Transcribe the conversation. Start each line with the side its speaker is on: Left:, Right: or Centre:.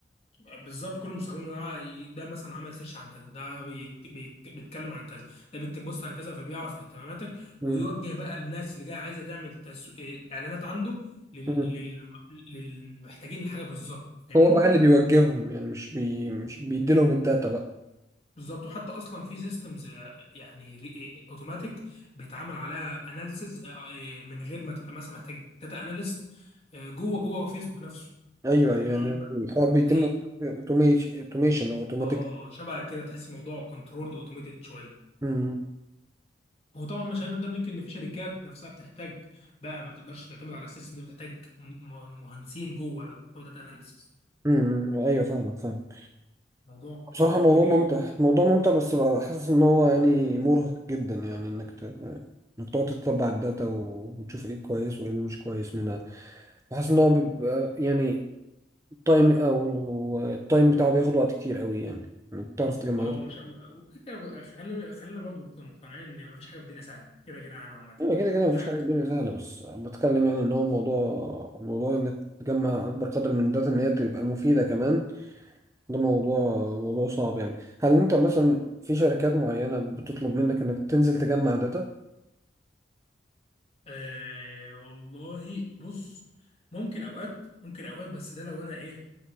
Left: بالظبط كل مستخدم ده ده مثلا عمل سيرش عن كذا ده بيت- بيت- بيتكلم عن كذا ده بيكتب بوست عن كذا فبيعرف اهتماماتك
Right: مم.
Left: ويوجه بقى الناس اللي جايه عايزه تعمل تسو... اعلانات عنده لل...
Right: مم.
Left: لل... للمحتاجين الحاجه بالظبط فاهمني
Right: هو بقى اللي بيوجههم يعني مش بي مش بيديلهم الداتا بقى
Left: بالظبط وحتى اصلا في سيستمز يعني اوتوماتيك بيتعامل عليها اناليسز من غير ما تبقى مثلا محتاج داتا اناليست جوه جوه فيسبوك نفسه
Right: ايوه ايوه
Left: في
Right: أنا الحوار بيتم
Left: زي
Right: اوتوميشن او اوتوماتيك
Left: اه شبه كده تحس الموضوع كنترولد اوتوميتد شويه
Right: امم
Left: هو طبعا مش هنقدر ننكر ان في شركات نفسها بتحتاج بقى ما بتقدرش تعتمد على السيستم دي بتحتاج م- م- مهندسين جوه بتوع داتا اناليسز
Right: أمم، ايوه فاهمك فاهم
Left: الموضوع
Right: بصراحه
Left: الموضوع
Right: الموضوع
Left: كبير
Right: ممتع موضوع ممتع بس بقى حاسس ان هو يعني مرهق جدا يعني انك ت... انك تقعد تتبع الداتا و... وتشوف ايه كويس وايه اللي مش كويس منها بحس ان هو بيبقى يعني التايم او التايم بتاعه بياخد وقت كتير قوي يعني انك تعرف تجمع
Left: اه
Right: داتا
Left: مش وكده خلينا خلينا برضو مقتنعين ان مفيش حاجه في الدنيا سهله كده كده يعني عامه
Right: ايوه كده كده مفيش
Left: كل حاجه
Right: حاجه الدنيا سهله بس بتكلم يعني ان هو الموضوع موضوع انك تجمع اكبر قدر من الداتا ان هي تبقى مفيده كمان ده موضوع موضوع صعب يعني هل انت مثلا في شركات معينة بتطلب منك انك تنزل تجمع داتا؟
Left: آه والله بص ممكن اوقات ممكن اوقات بس ده لو انا ايه